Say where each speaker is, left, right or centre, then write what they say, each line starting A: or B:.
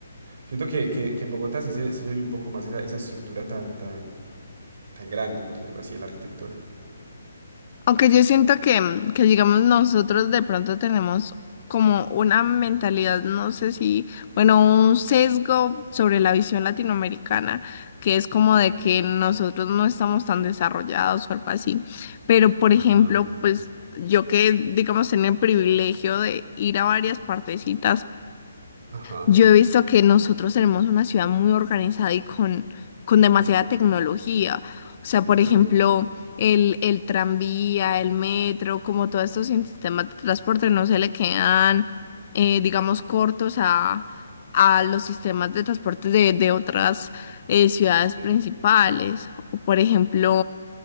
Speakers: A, on the right; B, on the left.
A: siento que, que, que en Bogotá sí se, sí se oye un poco más esa, esa estructura tan, tan, tan grande, por decirlo así, en la arquitectura.
B: Aunque yo siento que, mm, que, digamos, nosotros de pronto tenemos como una mentalidad, no sé si, bueno, un sesgo sobre la visión latinoamericana, que es como
A: Ujú.
B: de que nosotros no estamos tan desarrollados o algo así. Pero, por ejemplo,
A: Ajá,
B: pues yo que, digamos, en el privilegio de ir a varias partecitas
A: ajá,
B: yo he visto que nosotros tenemos una ciudad muy organizada y con, con demasiada
A: ok,
B: tecnología. O sea,
A: ok,
B: por ejemplo, el, el tranvía, el metro, como todos estos sistemas de transporte no se le quedan, eh, digamos, cortos a, a los sistemas de transporte de, de otras eh, ciudades
A: ok,
B: principales. O, por ejemplo,